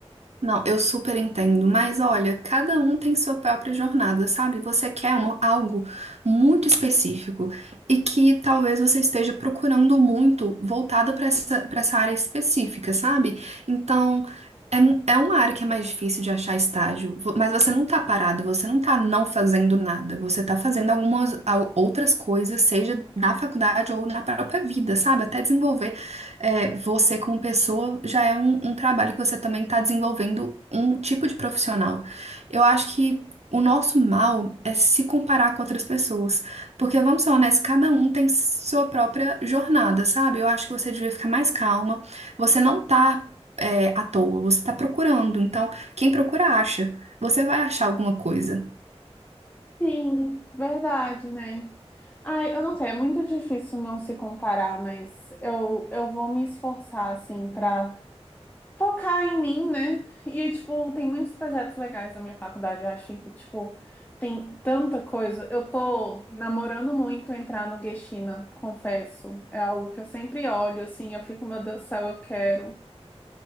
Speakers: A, on the right; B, on the left.
A: Não, eu super entendo, mas olha, cada um tem sua própria jornada, sabe? Você quer uma- algo muito específico e que talvez você esteja procurando muito voltado para essa, para essa área específica, sabe? Então, é, um- é uma área que é mais difícil de achar estágio, vo- mas você não tá parado, você não tá não fazendo nada, você tá fazendo algumas al- outras coisas, seja na faculdade ou na própria vida, sabe? Até desenvolver é, você como pessoa já é um, um trabalho que você também está desenvolvendo um tipo de profissional. Eu acho que o nosso mal é se comparar com outras pessoas, porque vamos ser honestos, cada um tem sua própria jornada, sabe? Eu acho que você devia ficar mais calma. Você não tá é, à toa, você tá procurando. Então, quem procura acha. Você vai achar alguma coisa.
B: Sim, verdade, né? Ai, eu não sei, é muito difícil não se comparar, mas eu, eu vou me esforçar, assim, pra focar em mim, né? E, tipo, tem muitos projetos legais na minha faculdade, eu acho que, tipo, tem tanta coisa. Eu tô namorando muito entrar no Geshina, confesso. É algo que eu sempre olho, assim, eu fico, meu Deus do céu, eu quero.